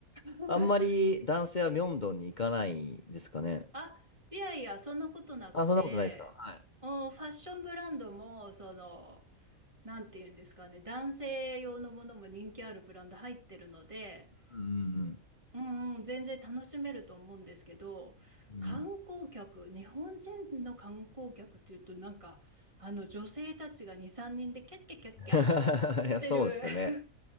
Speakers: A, on the right; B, on the left.
A: <laughs>
B: あんまり男性はミョンドンに行かないですかね。
A: あ、いやいや、そんなことなくて、
B: あ、そんなことないですかはい。
A: うんファッションブランドも、その、なんていうんですかね、男性用のものも人気あるブランド入ってるので、
B: うん
A: うんうん、全然楽しめると思うんですけど、
B: うんうん。
A: 観光客、
B: うん
A: 日本人の観光客っていうと、なんか、あの女性たちが2、3人でキャッキャキャッキャしてる
B: <laughs>。いや、そうですよね。
A: <laughs>